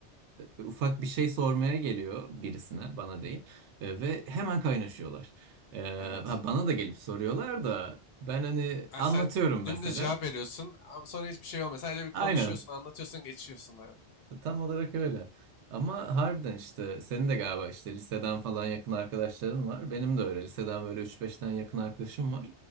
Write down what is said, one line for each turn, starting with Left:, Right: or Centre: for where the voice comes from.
Right: e, ufak bir şey sormaya geliyor birisine bana değil E, ve hemen kaynaşıyorlar. E,
Left: Evet.
Right: ha, bana da gelip soruyorlar da ben hani
Left: Yani
Right: anlatıyorum
Left: sen
Right: mesela.
Left: dümdüz cevap veriyorsun ama sonra hiçbir şey olmuyor. Sadece bir konuşuyorsun,
Right: Aynen
Left: anlatıyorsun, geçiyorsun abi.
Right: E, Tam olarak öyle. Ama harbiden işte senin de galiba işte liseden falan yakın arkadaşların var. Benim de öyle. Liseden böyle üç 5 tane yakın arkadaşım var.